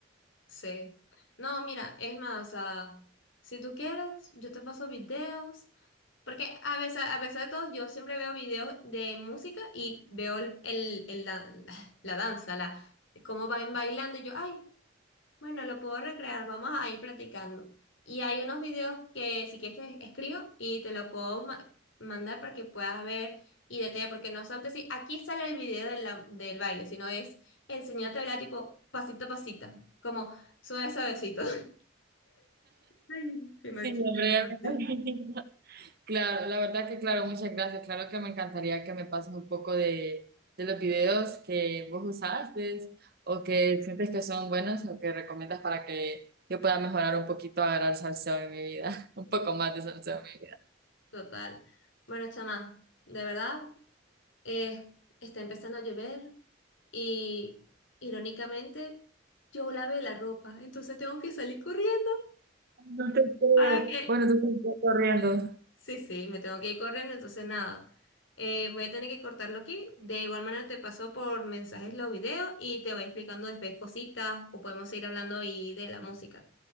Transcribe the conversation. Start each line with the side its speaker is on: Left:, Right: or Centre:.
Left: sí. No, mira, es más, o sea, si tú quieres, yo te paso videos. Porque a veces, a pesar de todo, yo siempre veo videos de música y veo el, el- el dan- la, la danza, la, cómo van bailando. Y yo, ay, Bueno, lo puedo recrear, vamos a ir platicando. Y hay unos videos que si quieres te escribo y te lo puedo ma- mandar para que puedas ver y detallar, porque no solamente si aquí sale el video de la- del baile, sino es enseñarte a bailar tipo pasito a pasito, como suave suavecito. <laughs> Ay, qué machista
Right: Sí, hombre,
Left: grande.
Right: ya me imagino. Claro, la verdad que claro, muchas gracias. Claro que me encantaría que me pases un poco de, de los videos que vos usaste o que sientes que son buenos o que recomiendas para que yo pueda mejorar un poquito, agarrar salseo en mi vida, <laughs> un poco más de salseo en mi vida.
Left: Total. Bueno, chama, de verdad, eh, está empezando a llover y irónicamente yo lavé la ropa, entonces tengo que salir corriendo.
Right: No te creo.
Left: Para que,
Right: Bueno, entonces estoy corriendo.
Left: sí, sí, me tengo que ir corriendo, entonces nada, Eh, voy a tener que cortarlo aquí. De igual manera te paso por mensajes los videos y te voy explicando después cositas o podemos seguir hablando ahí de la música.